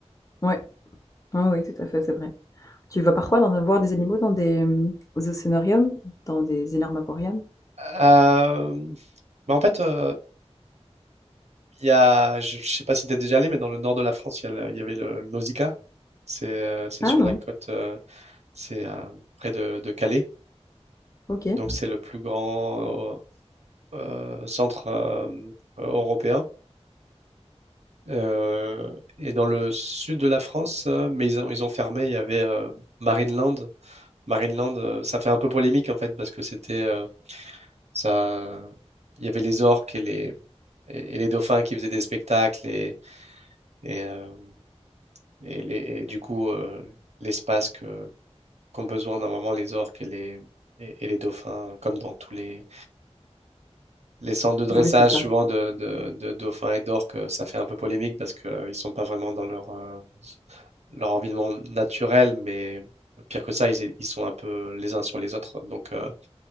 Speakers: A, on the left; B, on the right.
A: Ouais, ah oui, tout à fait, c'est vrai. Tu vas parfois en avoir des animaux dans des euh, aux océanariums, dans des énormes aquariums?
B: Euh, bah en fait, euh, il y a, je, je sais pas si tu es déjà allé, mais dans le nord de la France, il y, a le- il y avait le, le Nausicaa. C'est euh, c'est
A: Ah
B: sur
A: non,
B: la côte, euh, c'est euh, près de, de Calais.
A: ok.
B: Donc, c'est le plus grand euh, euh, centre euh, européen. Euh, et dans le sud de la France, euh, mais ils ont, ils ont fermé, il y avait euh, Marineland. Marineland, euh, ça fait un peu polémique en fait, parce que c'était euh, ça. Il y avait les orques et les, et et les dauphins qui faisaient des spectacles, et, et, euh, et les- et du coup, euh, l'espace que, qu'ont besoin normalement les orques et les, et et les dauphins, comme dans tous les les centres de dressage,
A: Oui, c'est ça.
B: souvent de, de, de dauphins et d'orques, euh, ça fait un peu polémique parce qu'ils ne sont pas vraiment dans leur, euh, leur environnement naturel, mais pire que ça, ils, ils sont un peu les uns sur les autres. Donc, euh,